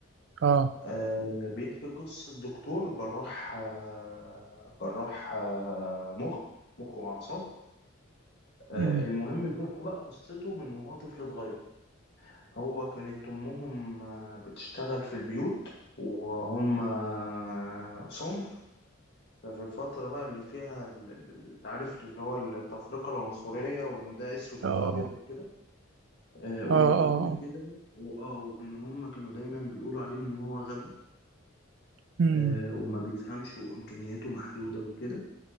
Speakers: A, on the right; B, on the left.
A: اه
B: آه بيحكي قصة دكتور جراح آه جراح آه مخ مخ وأعصاب آه
A: امم
B: المهم بيحكوا بقى قصته من وهو طفل صغير هو كانت أمهم آه، بتشتغل في البيوت وهم آه، سمر ففي الفترة بقى اللي فيها ال- ال- ال- انت عارف اللي هو التفرقة العنصرية وإن ده أسود
A: اه
B: وده أبيض وكده آه، ورغم
A: اه اه اه
B: كده وآه وإن هم كانوا دايما بيقولوا عليه إن هو غبي
A: امم
B: آه، وما بيفهمش وإمكانياته محدودة وكده